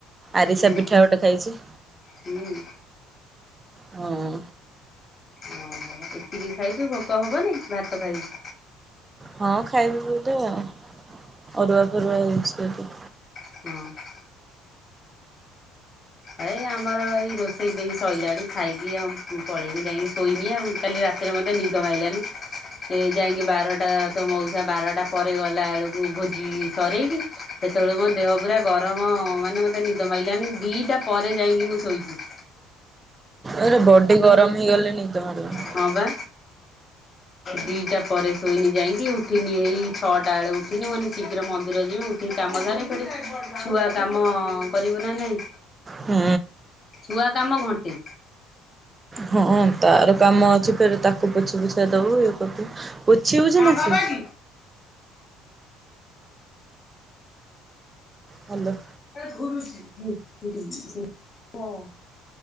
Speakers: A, on the right; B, on the left.
A: ଆରିସା
B: ହୁଁ
A: ପିଠା ଗୋଟେ ଖାଇଚି।
B: ହୁଁ।
A: ହଁ।
B: ଓହୋ ଏତିକି ଖାଇଚୁ ଭୋକ ହବନି ଭାତ ଖାଇନୁ।
A: ହଁ ଖାଇବି ବୋଧେଆଉ ଅରୁଆ ଫରୁଆ ହେଇଚି ଏଠି।
B: ହଁ। ଏଇ ଆମର ଏଇ ରୋଷେଇ ଦେଇ ସଇଲାଣି ଖାଇବି ଆଉ ପଳେଇବି ଯାଇଁକି ଶୋଇନି ଆଉ କାଲି ରା ରାତିରେ ମତେ ନିଦ ମାଇଲାନି। ସେ ଯାଇକି ବାରଟା ତୋ ମଉସା ବାରଟା ପରେ ଗଲା ବେଳକୁ ଭୋଜି ସରେଇକି ସେତେବେଳେ ମୋ ଦେହ ପୁରା ଗରମ ମାନେ ମତେ ନିଦ ମାଇଲାନି ଦିଟା ପରେ ଯାଇକି ମୁଁ ଶୋଇଚି।
A: ଏରେ ବଡି ଗରମ ହେଇଗଲେ ନିଦ ମାଡ଼ିବନି।
B: ହଁ ବା। ଦିଟା ପରେ ଶୋଇନି ଯାଇକି ଉଠିନି ହେଇ ଛଅଟା ବେଳେ ଉଠିନି ମୁଁ କହିନି ଶୀଘ୍ର ମନ୍ଦିର ଯିମି ଉଠିକି କାମ ସାରେ ଫେରେ ଛୁଆ କାମ କରିବୁ ନା ନାଇଁ।
A: ହୁଁ।
B: ଛୁଆ କାମ ଘଣ୍ଟେ।
A: ହଁ ତାର କାମ ଅଛି ଫେର ତାକୁ ପୋଛି ପୋଛା ଦବୁ ଇଏ ପୋଛି ହଉଚି
B: ତା
A: ନା
B: ବାବା
A: ସେ?
B: କି
A: ହ୍ୟାଲୋ।
B: <unintelligible>